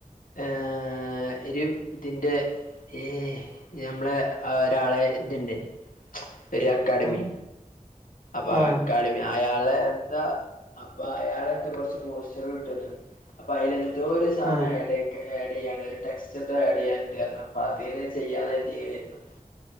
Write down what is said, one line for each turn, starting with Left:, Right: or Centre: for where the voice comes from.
Left: ഏഹ് <unintelligible> ഇതിൻ്റെ ഏഹ് ഞമ്മളെ ഒരാളെ ഇത്ണ്ട് ഒര് അക്കാഡമി
Right: ആഹ്
Left: അപ്പൊ ആ
Right: ആഹ്
Left: അക്കാഡമി അയാള് എന്താ അപ്പൊ അയാള് എന്തൊ കൊറച്ച് പോസ്റ്ററ് ഇട്ട് തന്ന്. അപ്പൊ അയില് എന്തോ ഒര് സാധനം
Right: ആഹ്
Left: ആഡ് ആഡ് ചെയ്യാൻ ഉള്ളത് ടെക്സ്റ്റ് ഒക്കെ അഡീയ്യാന്ണ്ട് എന്നാ ഇപ്പ അതന്നെ ചെയ്യാന്ന് കരുതി <unintelligible>